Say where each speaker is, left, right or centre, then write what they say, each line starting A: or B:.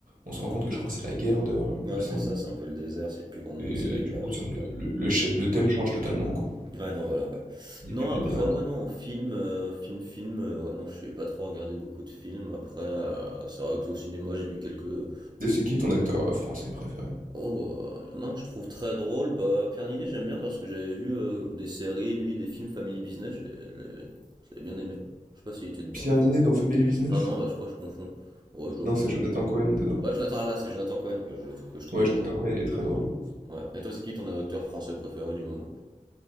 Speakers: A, on the right (about 80°); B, on the right (about 30°).
A: on se
B: bon.
A: rend compte que je crois que c'est la guerre dehors,
B: Ouais,
A: il me semble.
B: c'est ça, c'est un peu le désert, c'est le plus grand monde,
A: Et
B: c'est la guerre,
A: du coup,
B: ouais,
A: ça,
B: c'est
A: le,
B: pas.
A: le- le cha- le thème change totalement, quoi.
B: Ouais, non, voilà, ouais.
A: Il n'y
B: Non,
A: a plus de
B: après,
A: labyrinthe.
B: ouais, non, en film, euh, film, film, euh, ouais, non, je sais pas trop regarder beaucoup de films. Après, euh, c'est vrai que au cinéma, j'ai vu quelques.
A: Et C'est qui ton acteur euh, français préféré?
B: Oh, euh, il y en a un que je trouve très drôle. Bah, Pierre Ninet, j'aime bien parce que j'avais vu euh, des séries, lui, des films Family Business, j'ai- j'ai- j'avais bien aimé. Je sais pas s'il était dedans
A: Pierre
B: d'ailleurs.
A: Ninet dans Family Business?
B: Ah non, bah, je crois que je confonds. Ouais, je dois
A: Non,
B: confondre.
A: c'est Jonathan Cohen dedans.
B: Ouais, Jonathan, ah, bah, c'est Jonathan Cohen que je, que je trouve
A: Ouais, Jonathan
B: drôle.
A: Cohen, il est très drôle.
B: Ouais. Et toi, c'est qui ton acteur français préféré du moment?